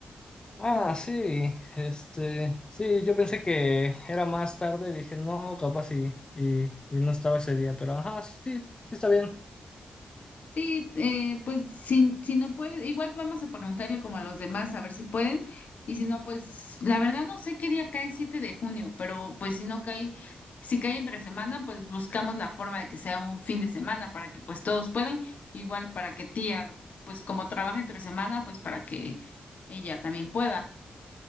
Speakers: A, on the left; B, on the left.
A: Ah, sí, este, sí, yo pensé que era más tarde, dije, no, capaz y, y, y no estaba ese día, pero ajá, sí, sí está bien.
B: Sí, eh, pues si, si no puede, igual vamos a preguntarle como a los demás a ver si pueden. Y si no, pues la verdad no sé qué día cae 7 de junio, pero pues si no cae, si cae entre semana, pues buscamos la forma de que sea un fin de semana para que pues todos puedan, igual para que tía, pues como trabaja entre semana, pues para que ella también pueda.